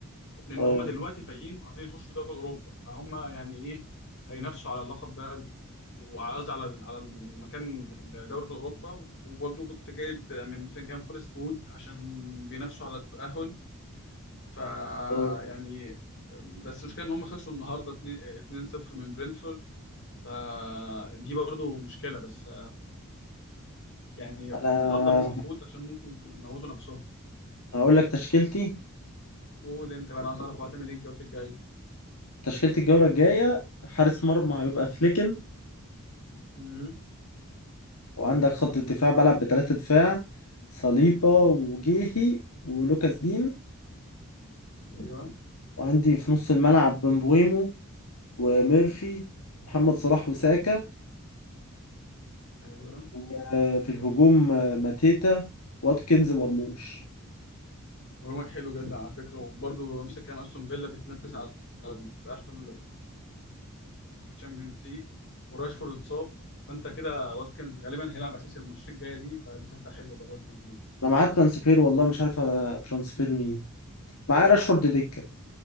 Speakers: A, on the left; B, on the left.
A: لان
B: اه
A: هم دلوقتي فايقين وعايزين يخشوا في دوري اوروبا فهم يعني ايه هينافسوا على اللقب ده وعلى قصدي على على المكان دوري في اوروبا وبرضه كنت جايب من نوتنجهام فورست وود عشان بينافسوا على التاهل ف يعني
B: اه
A: بس المشكله ان هم خسروا النهارده 2-0 من برينفورد فدي برضو مشكله بس يعني
B: انا
A: هفضل ماسك في ووت عشان ممكن يموتوا نفسهم
B: هقول لك تشكيلتي
A: قول انت بقى انا عايز اعرف هو هتعمل ايه الجوله الجايه
B: تشكيلة الجولة الجاية حارس مرمى هيبقى فليكن
A: امم
B: وعندك خط الدفاع بلعب بثلاثة دفاع صليبة وجيهي ولوكاس دين
A: ايوه
B: وعندي في نص الملعب بمبويمو وميرفي محمد صلاح وساكا
A: ايوه
B: وفي الهجوم آه، ماتيتا واتكنز مرموش
A: هجومك حلو جدا على فكره وبرضو نفس الكلام استون فيلا بتنافس على تاهل الشامبيونز ليج وراشفورد اتصاب فانت كده واتكنز غالبا هيلعب اساسي الماتشات الجايه دي فدي صفقه حلوه بقى واتكنز دي
B: انا معاه ترانسفير والله مش عارف ترانسفير مين معاه راشفورد دكة